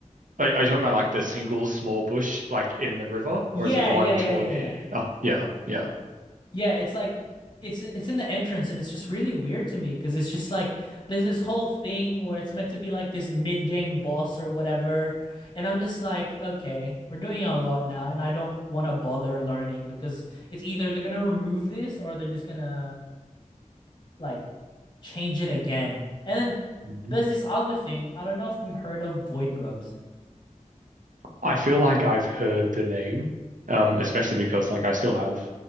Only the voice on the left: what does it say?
Yeah,
yeah,
yeah, yeah, yeah.
Yeah, it's like it's it's in the entrance and it's just really weird to me because it's just like there's this whole thing where it's meant to be like this mid-game boss or whatever and i'm just like okay we're doing a lot now and i don't want to bother learning because it's either they're gonna remove this or they're just gonna like change it again. And then
there's this other thing. I don't know if you've heard of void grubs,